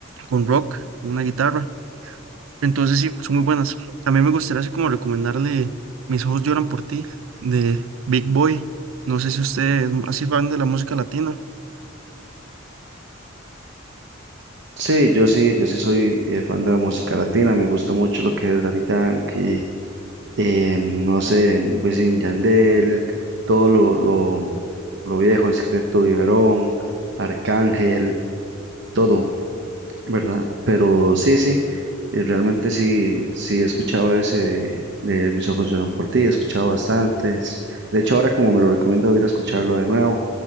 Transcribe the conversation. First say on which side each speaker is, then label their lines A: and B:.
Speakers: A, on the right (about 85°); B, on the right (about 60°).
A: con rock, una guitarra. Entonces sí, son muy buenas. También me gustaría así como recomendarle Mis ojos lloran por ti de Big Boy. No sé si usted es así fan de la música latina.
B: Sí, yo sí, yo sí soy eh, fan de la música latina, me gusta mucho lo que es Daddy Yankee, eh, no sé, Wisin y Yandel, todo lo, lo, lo viejo, El Secreto Viverón Arcángel, todo, ¿verdad? Pero sí, sí, eh, realmente sí, sí he escuchado ese de, de Mis ojos lloran por ti, he escuchado bastantes. De hecho, ahora como me lo recomiendo, voy a ir a escucharlo de nuevo.